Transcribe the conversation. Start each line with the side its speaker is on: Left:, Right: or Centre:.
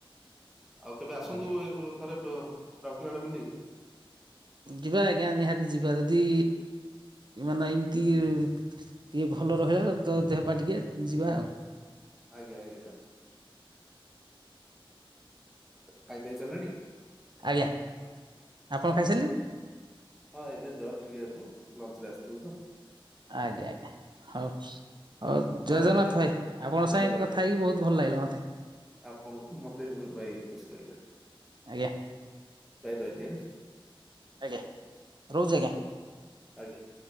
Centre: ଆଉ କେବେ ଆସନ୍ତୁ
Right: ଆଜ୍ଞା।
Centre: ଏ ଉ ଥରେ ବେ ରାଉରକେଲା ଆଡେ ବୁଲି।
Right: ଯିବା ଆଜ୍ଞା ନିହାତି ଯିବା ଯଦି ଏମାନେ ଏମିତି ଟିକେ ଭଲ ରହିଲା ତ ଦେହ ପା ଟିକେ ଯିବା ଆଉ।
Centre: ଆଜ୍ଞା ଆଜ୍ଞା। ଖାଇ ପିଆ ହେଇ ସାରିଲାଣି?
Right: ଆଜ୍ଞା ଆପଣ ଖାଇ ସାରିଲେଣି?
Centre: ହଁ ଏବେ ଜଷ୍ଟ ଟିକେ ଲଞ୍ଚରେ ଆସିଥିଲୁ ତ।
Right: ଆଜ୍ଞା ଆଜ୍ଞା ହୋଉ। ହୋଉ ଜୟ
Centre: ହଉ
Right: ଜଗନ୍ନାଥ
Centre: ଆଜ୍ଞା
Right: ଭାଇ ଆପଣଙ୍କ
Centre: ଜୟ
Right: ସାଙ୍ଗେ
Centre: ଜଗନ୍ନାଥ
Right: କଥା
Centre: ଭାଇ।
Right: ହେଇକି ବୋହୁତ ଭଲ ଲାଗିଲା ମତେ।
Centre: ଆପଣଙ୍କୁ ମତେ ବି <unintelligible> ଭାଇ ଖୁସି ଲାଗିଲା।
Right: ଆଜ୍ଞା।
Centre: <unintelligible>
Right: ଆଜ୍ଞା ରହୁଛି ଆଜ୍ଞା।
Centre: ଆଜ୍ଞା।